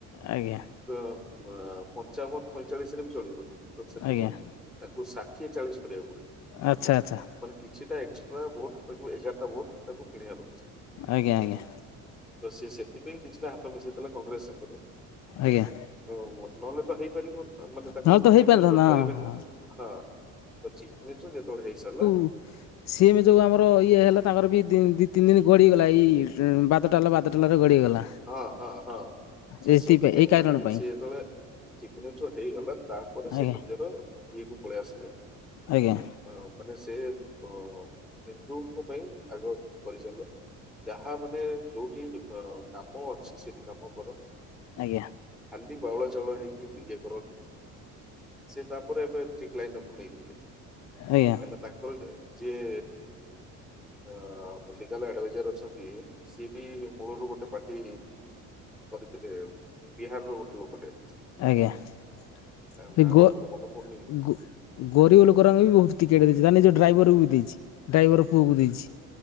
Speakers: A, on the left; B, in the centre.
A: ଆଜ୍ଞା।
B: ଅ ଅ ପଞ୍ଚାବନ ପଇଁଚାଳିଶରେ ବି ଚଳିବ ବଟ ସେତିକି
A: ଆଜ୍ଞା
B: ରେ ତାକୁ ସା ସିଏ ଚାଳିଶ କରିବାକୁ ପଡ଼ିବ।
A: ଆଚ୍ଛା ଆଚ୍ଛା।
B: ମାନେ କିଛିଟା ଏକ୍ସଟ୍ରା ଭୋଟ ତାକୁ ଏଗାରଟା ଭୋଟ ତାକୁ କିଣିବାକୁ ହବ।
A: ଆଜ୍ଞା ଆଜ୍ଞା।
B: ତ ସେ ସେଥିପାଇଁ କିଛିଟା ହାତ ମିଶେଇଥିଲା କଂଗ୍ରେସ ସାଙ୍ଗରେ
A: ଆଜ୍ଞା।
B: ଓ ନହେଲେ ତ ହେଇପାରିବନି। ମାନେ ତାକୁ
A: ନହେଲେ ତ ହେଇପାରିଥାନ୍ତା
B: ଚିଫ ମିନିଷ୍ଟର କରିବେନି।
A: ହଁ ହଁ
B: ହଁ ଚିଫ ମିନିଷ୍ଟର ଯେତେବେଳେ ହେଇସାରିଲ
A: ଉ ସିଏମେ ଯୋଉ ଆମର ଇଏ ହେଲା ତାଙ୍କର ବି ଦି ତିନି ଦିନ ଗଡିଗଲା ଇ ବାଦଲ ଟାଲ ବାଦଟାଲରେ ଗଡିଗଲା।
B: ହଁ ହଁ ହଁ ସେ
A: ଏଇଥିପାଇଁ
B: ସେଥିପାଇଁ
A: ଏଇ କାରଣ
B: ମାନେ
A: ପାଇଁ
B: ସି ଯେତେବେଳେ ଚିଫ ମିନିଷ୍ଟର ହେଇଗଲା ତା ପରେ
A: ଆଜ୍ଞା
B: ସେ ନିଜର ଇଏ କୁ ପଳେଇ ଆସିଲେ।
A: ଆଜ୍ଞା।
B: ଅ ମାନେ ସେ ଅ ହିନ୍ଦୁଙ୍କ ପାଇଁ ଆଗ ପରିଚାଲ ଯାହା ମାନେ ଯୋଉଠି ବି କା ମୁଁ ଅଛି ସେଇଠି କାମ କର।
A: ଆଜ୍ଞା।
B: ଖାଲି ବାଉଳ ଚାଉଳ ହେଇକି ବି ଇଏ କରନ୍ତି। ସିଏ ତାପରେ ଏବେ ଠିକ୍ ଲାଇ ନ ନେଇ ଯିବେ।
A: ଆଜ୍ଞା ଆଜ୍ଞା
B: କାରଣ ତାଙ୍କର ଯା ଯିଏ ଆଁ ମଲିକାଲ ଆଡଭାଇଜର ଅଛନ୍ତି ସିଏ ବି ମୂଳରୁ ଗୋଟେ ପାର୍ଟି କରିଥିଲେ, ବିହାରର ଗୋଟେ ଲୋକଟେ।
A: ଆଜ୍ଞା ସେ
B: ତା ନାଁ
A: ଗ
B: ଟା ମୋର ମନେ ପଡୁନି
A: ଗୋ ଗରିବ ଲୋକରାଙ୍କ ବି ବହୁତ ଟିକେଟ ଦେଇଚି ମାନେ ଯଉ ଡ୍ରାଇଭରକୁ ବି ଦେଇଚି ଡ୍ରାଇଭରର ପୁଅକୁ ଦେଇଚି।